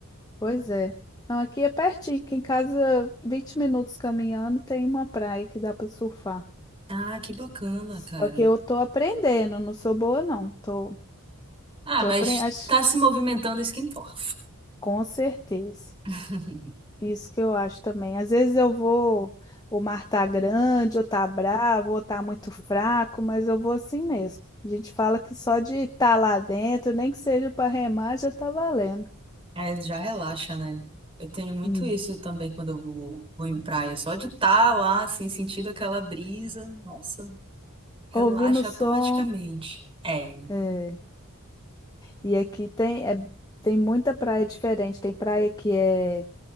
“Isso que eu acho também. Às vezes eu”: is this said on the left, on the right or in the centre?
Left